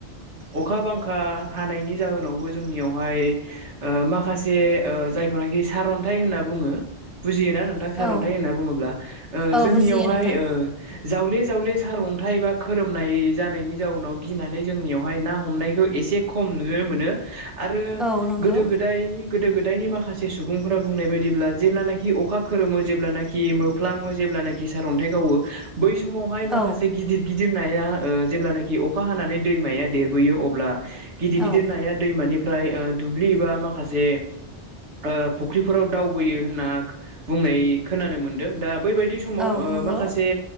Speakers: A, on the right; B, in the centre.
A: अखा बांखा हानायनि जाहोनावबो जोंनियावहाय ओ माखासे ओ ना सारन्थाइ होनना बुङो बुजियोना नोंथां
B: औ
A: सारअन्थाइ होनना बुङोब्ला ओ
B: औ
A: जोंनियावहाय
B: बुजियो नोंथां
A: ओ जावले जावले सारअन्थाइ बा खोरोमनाय जानायनि जाउनाव गिनानै जोंनियावहाय ना हमनायखौ एसे खम नुयो मोनो आरो
B: औ नंगौ
A: गोदो गोदायनि गोदो दायनि माखासे सुबुंफोरा बुंनाय बायदिब्ला जेब्लानाखि अखा खोरोमो जेब्लानाखि मोफ्लामो जेब्लानाखि सार अन्थाइ गावो बै समावहाय माखास
B: औ
A: गिदिर नाया ओ जेब्लनाखि अखा हानानै दैमाया देरबोयो अब्ला गिदिर
B: औ
A: गिदिर नाया दै मानिफ्राय ओ दुब्लि बा माखासे ओ फुख्रिफोराव दावबोयो होनना बुंनाय खोनानो मोनदों दा बैबायदि समाव
B: औ
A: ओ
B: नंगौ
A: माखासे